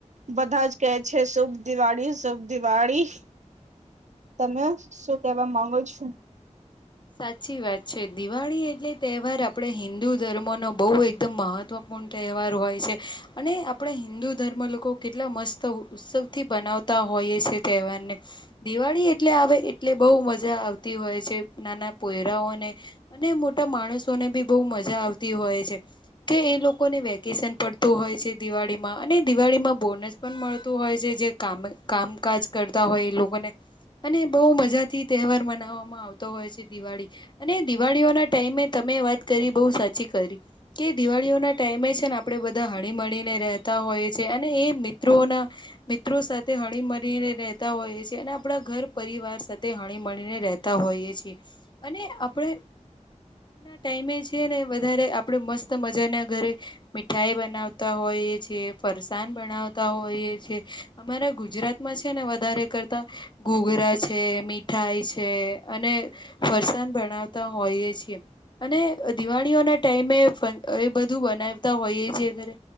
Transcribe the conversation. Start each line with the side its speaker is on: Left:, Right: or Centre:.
Right: બધા જ કે છે, શુભ દિવાળી, શુભ દિવાળી તમે શું કેવા માંગો છો?
Left: સાચી વાત છે, દિવાળી એટલે તહેવાર આપણે હિન્દુ ધર્મોનો બહુ એકદમ મહત્વ પૂર્ણ તહેવાર હોય છે અને આપણા હિન્દુ ધર્મ લોકો કેટલા મસ્ત ઉત્સવથી બનાવ તા હોઈએ સે તહેવારને દિવાળી એટલે આવે એટલે બહુ મજા આવતી હોય છે. નાના પોયરાઓને અને મોટા માણસોને બી બહુ મજા આવતી હોય છે. કે એ લોકોને વેકેશન પડતું હોય છે દિવાળીમાં અને દિવાળીમાં બોનસ પણ મળતું હોય છે જે કામ કામકાજ કરતા હોય એ લોકોને. અને બહુ મજા થી તહેવાર મનાવવામાં આવતા હોય છે દિવાળી અને દિવાળીઓના ટાઈમે તમે વાત કરી બહુ સાચી કરી કે દિવાળીઓ ના ટાઈમે છે ને આપડે બધા હણીમળીને રે તા હોય છે અને એ મિત્રોના મિત્રો સાથે હણી મળીને રહેતા હોઈએ છીએ અને આપણા ઘર પરિવાર સાથે હણી મળીને રહેતા હોઈએ છીએ. અને આપણે ટાઈમે છે ને વધારે આપડે મસ્ત મજા ના ઘરે મીઠાઈ બનાવતા હોઈએ છે ફરસાણ બનાવતા હોઈએ છે. અમારા ગુજરાતમાં છે ને વધારે કરતા ઘુઘરા છે મીઠાઈ છે અને ફરસાાન બણાવતા હોઈએ છીએ. અને દિવાળીઓના ટાઈમે એ બધું બનાવતા હોઈએ છીએ ઘરે